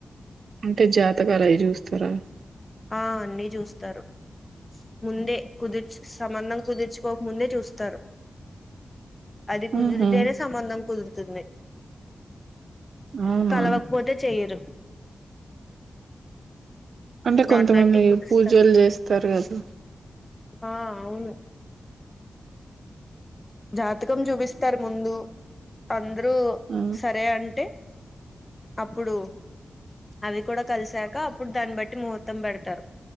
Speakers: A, on the right; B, on the left.
A: అంటే జాతకాలు అవి చూస్తారా
B: ఆ అన్ని చూస్తారు ముందే కుదుర్చు సంబంధం కుదిర్చుకోకముందే చూస్తారు అది కుదిరితేనే
A: ఊహు
B: సంబంధం కుదురుతుంది
A: అవునా
B: కలవపోతే చెయరు
A: అంటే
B: దాన్ని
A: కొంతమంది
B: బట్టి కుదుస్తారు
A: పూజలు చేస్తారు కదా
B: ఆ అవును జాతకం చూపిస్తారు ముందు అందరూ
A: ఆ
B: సరే అంటే అప్పుడు అవి కూడా కలిసాక అప్పుడు దాన్ని బట్టి ముహూర్తం పెడతారు